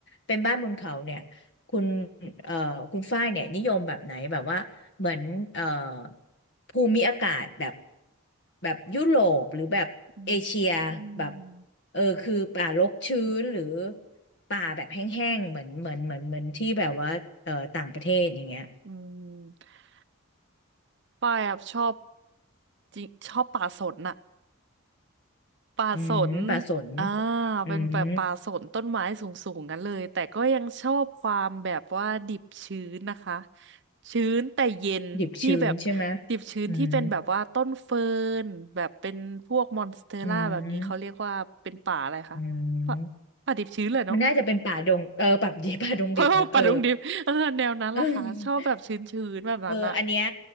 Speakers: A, on the left; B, on the right.
A: เป็นบ้านบนเขาเนี่ยคุณเอ่อคุณฝ้ายเนี่ยนิยมแบบไหนแบบว่าเหมือนเอ่อภูมิอากาศแบบแบบยุโรปหรือแบบเอเชีย
B: อืมอืม
A: แบบเออคือป่ารกชื้นหรือป่าแบบแห้งๆเหมือนเหมือนเหมือนเหมือนที่แบบว่าเอ่อต่างประเทศอย่างเงี้ย
B: อืมป้ายอะชอบจริงชอบป่าสนน่ะ ป่าสน
A: อืมป่าสน
B: อ่า
A: อืม
B: เป็นแบบป่าสนต้นไม้สูงๆงั้นเลย แต่ก็ยังชอบความแบบว่าดิบชื้นนะคะ ชื้นแต่เย็นที่แบบ
A: ดิบชื้นใช่ไหม
B: ดิบชื้นที่เป็นแบบว่าต้นเฟิร์นแบบเป็นพวกมอนสเตอร่าแบบนี้เขาเรียกว่าเป็นป่าอะไรคะป่า
A: อืมอืมอืม
B: ป่าดิบชื้นเลยเนาะ
A: มันน่าจะเป็นป่าดงเออป่าดี <laughs> ป่าดงดิบนะเออ
B: <laughs> เ่าป่าดงดิบเออแนวนั้นล่ะค่ะชอบแบบชื้นๆแบบนั้นอะ
A: เออเอออันเนี้ย